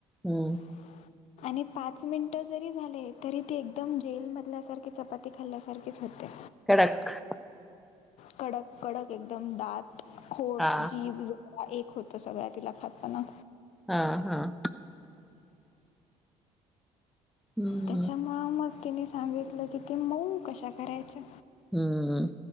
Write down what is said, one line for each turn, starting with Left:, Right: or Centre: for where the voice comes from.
Centre: हम्म.
Left: <inaudible> आणि पाच मिनिटं जरी झाले, तरी ती एकदम जेलमधल्यासारखी चपाती खाल्ल्यासारखीच होते.
Centre: कंडक.
Left: कंडक कंडक एकदंम दांत खोटं
Centre: हा
Left: जीभ एक होतं सगळ्यां तिलां खातांना.
Centre: हां हां. हम्म
Left: त्यांच्यामुळे मंग तिने सांगितलं की ती मऊं कशां करांयचा.
Centre: हम्मं